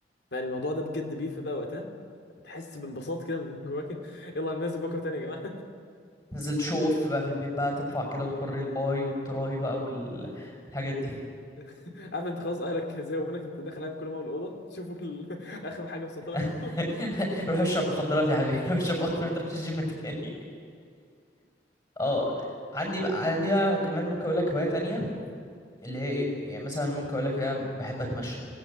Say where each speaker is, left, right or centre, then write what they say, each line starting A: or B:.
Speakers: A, on the left (about 65°); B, on the left (about 25°).
A: فالموضوع ده بجد بيفرق بقى وقتها تحس بانبساط كده من جواك <laughs> يلا هننزل بكره تاني يا جماعه
B: نزلت شو اوف بقى في البيت بقى ترفع كده وتوري الباي والتراي بقى والحاجات دي
A: <laughs> عارف انت خلاص اهلك زهقوا منك انت داخل عليهم كل ما الاوضه شوفوا ال... <laughs> اخر حاجه وصلت لها
B: <laughs> روح اشرب مخدرات يا حبيبي روح اشرب مخدرات ما تروحش الجيم تاني اه عندي بقى عندي بقى كمان ممكن اقول لك هواية تانية اللي
A: يلا
B: هي ايه يعني مثلا ممكن اقول لك انا بحب اتمشى